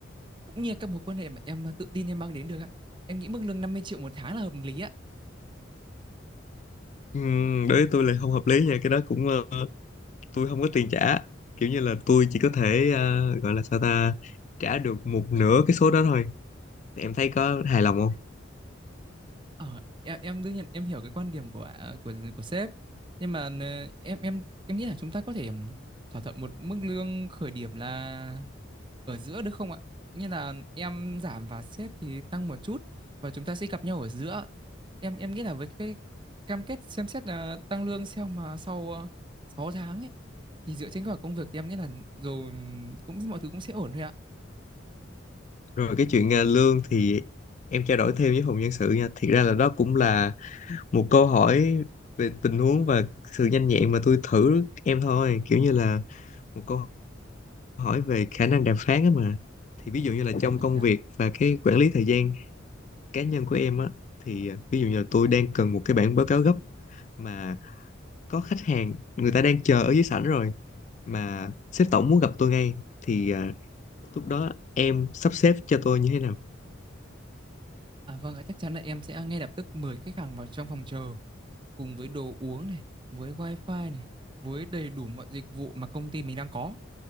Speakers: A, on the right (about 25°); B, on the left (about 35°).
A: cũng như các mối quan hệ mà em ờ, tự tin em mang đến được á. Em nghĩ mức lương 50 triệu một tháng là hợp lý ạ.
B: Ừm, đối với tôi là không hợp lý nha, cái đó cũng ờ, tôi không có tiền trả. Kiểu như là tôi chỉ có thể ờ, gọi là sao ta trả được một nửa cái số đó thôi. Em thấy có hài lòng không?
A: Ờ, em em đương nhiên em hiểu cái quan điểm của à, của của sếp nhưng mà ờ, em em em nghĩ là chúng ta có thể ừm, thỏa thuận một mức lương khởi điểm là ở giữa được không ạ? Như là em giảm và sếp thì tăng một chút và chúng ta sẽ gặp nhau ở giữa. Em em nghĩ là với cái cam kết xem xét là tăng lương sau mà sau ờ, 6 tháng ấy thì dựa trên kết quả công việc thì em nghĩ là rồi ừm, cũng mọi thứ cũng sẽ ổn thôi ạ.
B: Rồi cái chuyện à, lương thì em trao đổi thêm với phòng nhân sự nha. Thiệt ra là đó cũng là một câu hỏi về tình huống và sự nhanh nhẹn mà tôi thử em thôi. Kiểu như là một câu hỏi về khả năng đàm phán á mà. Thì ví dụ như là trong
A: À,
B: công
A: dạ.
B: việc và cái quản lý thời gian cá nhân của em á thì à, ví dụ như là tôi đang cần một cái bản báo cáo gấp mà có khách hàng người ta đang chờ ở dưới sảnh rồi mà sếp tổng muốn gặp tôi ngay thì à, lúc đó em sắp xếp cho tôi như thế nào?
A: À vâng ạ, chắc chắn là em sẽ ngay lập tức mời khách hàng vào trong phòng chờ cùng với đồ uống này, với wifi này, với đầy đủ mọi dịch vụ mà công ty mình đang có